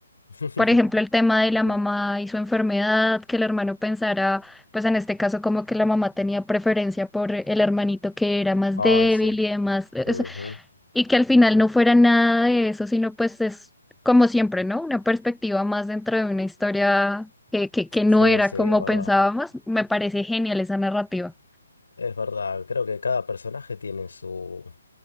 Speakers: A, on the left (about 70°); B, in the centre.
A: <laughs>
B: Por ejemplo, el tema de la
A: Sí.
B: mamá y su enfermedad, que el hermano pensara, pues en este caso como que la mamá tenía preferencia por el hermanito que era más
A: Ay,
B: débil
A: sí.
B: y demás.
A: Ujú.
B: Y que al final no fuera nada de eso, sino pues es como siempre, ¿no? Una perspectiva más dentro de una historia que, que, que no
A: Sí,
B: era
A: sí,
B: como
A: es verdad.
B: pensábamos. Me parece genial esa narrativa.
A: Es verdad. Creo que cada personaje tiene su,